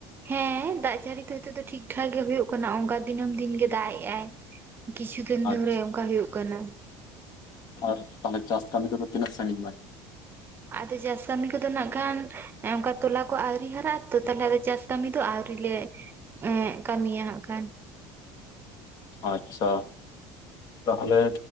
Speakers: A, on the right; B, on the left.
A: ᱦᱮᱸ ᱫᱟᱜ ᱡᱟᱹᱲᱤ ᱫᱚ ᱦᱤᱛᱚᱜ ᱫᱚ ᱴᱷᱤᱠ ᱴᱷᱟᱠ ᱜᱮ ᱦᱩᱭᱩᱜ ᱠᱟᱱᱟ ᱚᱝᱠᱟ ᱫᱤᱱᱟᱹᱢ ᱫᱤᱱ ᱜᱮ ᱫᱟᱜ ᱮᱜᱼᱟᱭ᱾ ᱠᱤᱪᱷᱩ ᱫᱤᱱ ᱫᱷᱚᱨᱮ
B: ᱟᱪᱪᱷᱟ
A: ᱚᱝᱠᱟ ᱦᱳᱭᱤᱜ ᱠᱟᱱᱟ᱾
B: ᱟᱨ ᱛᱟᱦᱚᱞᱮ ᱪᱟᱥ ᱠᱟᱹᱢᱤ ᱠᱚᱫᱚ ᱛᱤᱱᱟᱹᱜ ᱥᱟᱺᱜᱤᱧ? <inaudible>
A: ᱟᱫᱚ ᱪᱟᱥ ᱠᱟᱹᱢᱤ ᱠᱚ ᱫᱚ ᱱᱟᱜᱠᱷᱟᱱ ᱮᱸ ᱚᱝᱠᱟ ᱛᱚᱞᱟ ᱠᱚ ᱟᱣᱨᱤ ᱦᱟᱨᱟᱜᱼᱟ ᱛᱚ ᱛᱟᱦᱚᱞᱮ ᱟᱫᱚ ᱪᱟᱥ ᱠᱟᱹᱢᱤ ᱫᱚ ᱟᱣᱨᱤ ᱞᱮ, ᱤ ᱠᱟᱹᱢᱤᱭᱟ ᱦᱟᱜ ᱠᱷᱟᱱ᱾
B: ᱟᱪᱪᱷᱟ ᱛᱟᱦᱚᱞᱮ